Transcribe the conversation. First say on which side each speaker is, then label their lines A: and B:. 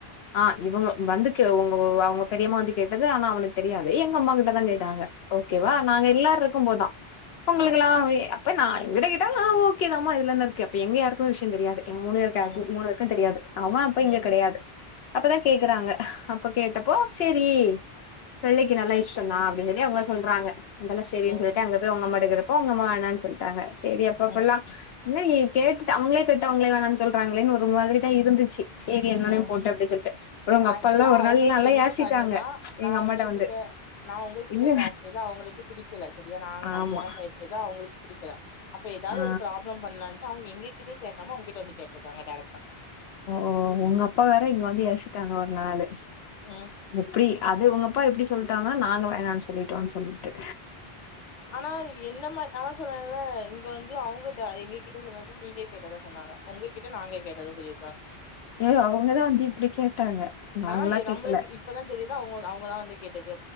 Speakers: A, on the left; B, on the left.
A: ஆ இவுங்கோ வந்துக்கு உங்க அவங்க பெரியம்மா வந்து கே அது ஆனா அவனுக்கு தெரியாது எங்க அம்மா கிட்டதா கேட்டாங்க ஓகே
B: ம்
A: வா நாங்க எல்லாருக் கும் போதான் உங்களுக்குல்லா
B: ஆ ஆ
A: வே அப்ப நா விட கேட்டா நா ஓகே தாம்மா இதுல என்ன இருக்கு ப எங்க யாருக்குமே விஷ்ய தெரியாது எங்க மூணு பேரு யாருக்கும்
B: ம்
A: மூணு பேருக்கும் தெரியாது அவேன் அப்ப இங்க
B: ம்
A: கெடையாது அப்பதான் கேக்குறாங்க அப்ப கேட்டப்போ செரி பிள்ளைக்கு நல்லா விஷ்யந்தா அப்டின் சொல்லி அவுங்க சொல்றாங்க அதெல்லா சேரின்
B: ம்
A: சொல்லிட்டு அங்க போய் உங்க அம்மாட்ட கேட்டுட் ஒங்கம்மா வேணான் சொல்லிட்டாங்க சேரி அப்ப
B: ம்
A: அப்புல்லா இன்னாயி கேட்டு அவுங்களே கேட்டு அவுங்களே வேணான் சொல்றாங்களேன் ஒரு மாதிரி தா இருந்துச்சு சரி என்னன்னே
B: ஹும்
A: போட்டு அப்டின்னு சொல்லிட்டு அப்புறம் உங்க
B: ஆக்சுவலா
A: அப்பல்லா ஒரு
B: அவுங்களுக்கு
A: நாள் நல்லா
B: என்ன
A: ஏசிட்டாங்க
B: கண்ணுனா நா
A: எங்க அம்மாட்ட
B: உங்ககிட்ட
A: வந்து
B: நா உங்கள்கிட்ட
A: இல்ல
B: பேசறது அவுங்களுக்கு புடிக்கல சரியா நா
A: ஆமா
B: நம்பியல்லா பேசுறது அவுங்களுக்கு புடிக்கல அப்ப ஏதாவுது
A: ஆ
B: ஒரு பிராப்ளம் பண்லான் அவுங்க எங்க கிட்டே கேக்காம உங்கிட்ட வந்து கேட்டு இருக்காங்க டேரக்டா
A: ஓ உங்க அப்பா வேற இங்க வந்து ஏசிட்டாங்க ஒரு நாலு
B: ம்
A: எப்டி அது உங்கப்பா எப்டி சொல்லிட்டாங்கனா நாங்க வேணான் சொல்லிட்டோன்னு சொல்லிகிட்டு
B: ஆனா என்ன மா ஆனா சொன்னல இங்க வந்து அவுங்க எங்க கிட்ட சொன்னது நீங்க கேட்டதா சொன்னாங்க உங்ககிட்ட நாங்க கேட்டதா சொல்லி
A: ஏ அவங்கதான் வந்து இப்டி கேட்டாங்க நாங்களா
B: ஆனா
A: கேக்கல
B: நம்மளுக்கு இப்பதா தெரியுது அவுங்க அவுங்கதா வந்து கேட்டது